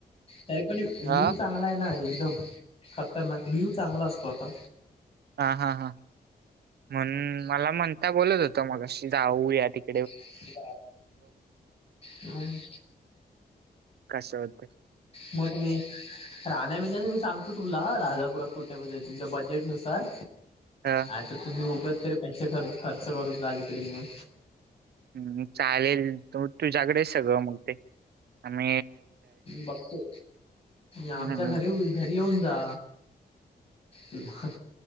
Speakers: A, on the left; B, on the right.
A: तरी पण व्ह्यू
B: हा
A: चांगला आहे ना एकदम खतरनाक व्ह्यू चांगला असतो आता
B: हा हा हां म्हनून मला म्हणता बोलत होत मगाशी जाऊ या तिक
A: <inaudible> हम
B: कशे होते
A: मोठ मी राहण्या बिन्याच मी सांगतो तुला राजापुरात कुठे म्हणजे तुमच्या बजेट नुसार
B: ह
A: आता तुम्ही उगच तरी पैसे खर्च खर्च करून जाल इकडे मिळून
B: हम् चालेल तर म तुझ्याकडे सगळं मग ते आणि
A: बघतो आमच्या
B: हम्म
A: घरी उभ घरी येऊन जा अं हं